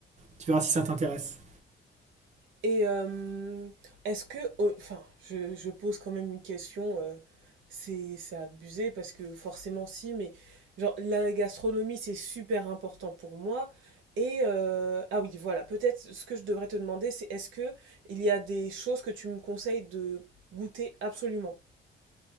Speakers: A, on the right (about 35°); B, on the right (about 75°).
A: tu verras si ça t'intéresse.
B: Et euh, est-ce que oh, enfin je, je pose quand même une question. euh, c'est c'est abusé parce que forcément si, mais genre la gastronomie c'est super important pour moi. Et euh, ah oui voilà peut-être ce que je devrais te demander c'est est-ce que il y a des choses que tu me conseilles de goûter absolument?